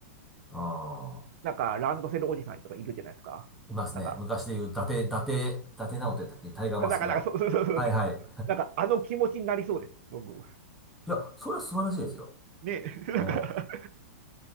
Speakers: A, in the centre; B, on the right.
A: うん。
B: なんか、ランドセルおじさんとかいるじゃないですか。
A: いますね。
B: なんか、
A: 昔で言う、伊達、伊達、伊達直人やったっけタイガーマスクの。
B: なんか、なんか、そうそうそうそう、
A: はいはい。
B: なんか、あの気持ちになりそうです、僕。
A: いや、それは素晴らしいですよ。
B: ね、<laughs> なんか
A: う